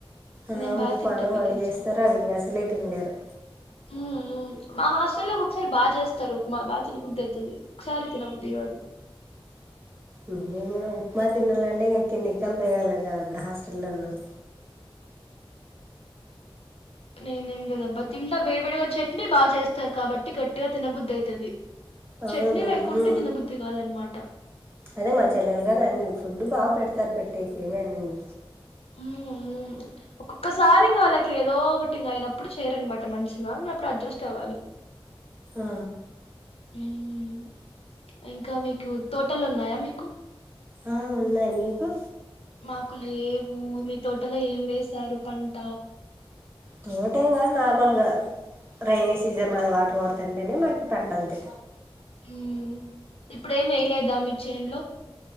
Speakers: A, on the right (about 25°); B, on the left (about 90°).
A: ఆ
B: నేను బా
A: ఉప్మా
B: తింటా
A: అను
B: పికిల్స్
A: అవి చేస్తరు, అవి ఇంక అసలే తినలేరు.
B: హూ ఊ మా హాస్టల్లో ఒక్కోక్కసారి బా చేస్తారు ఉప్మా బా తినబుద్ది అయితది ఒకసారి తినబుద్ది గాదు.
A: మేం ఇగ ఉప్మా తినాలంటే ఇంకా కింది <unintelligible> కదా అప్పుడు హాస్టల్ల్లో ఉన్నాం.
B: నేనేం లేదబ్బా తింటా వేడి వేడిగా చట్నీ బా చేస్తారు కాబట్టి గట్టిగా తినబుద్ది అయితది.
A: అవును
B: చట్నీ లేకుంటే
A: ఊ
B: తినబుద్ది కాదనమాట
A: అదే మా చెల్లెలు గారు అన్ని ఫుడ్ బా పెడ్ <unintelligible>
B: ఊ ఊ ఒకసారి ఇంగ వాళ్ళకి ఏదో ఒకటి ఇంగ అయన ప్పుడు చేయరనమాట మంచిగా ఇంగ అప్పుడు అడ్జస్ట్ అవ్వాలి.
A: ఆ
B: హ్మ్ ఇంకా మీకు తోటలున్నాయా మీకు?
A: ఆ ఉన్నాయి, మీకు?
B: మాకు లేవు, మీ తోటలో ఏం వేశారు పంట?
A: తోట ఏం కాదు నార్మల్గా రైైనీ సీజన్ మాది, వాటర్ పడుతుంటేనే మాకు పంట అంతే.
B: హ్మ్ ఇప్పుడేమి వేయలేదా మీ చేన్లో.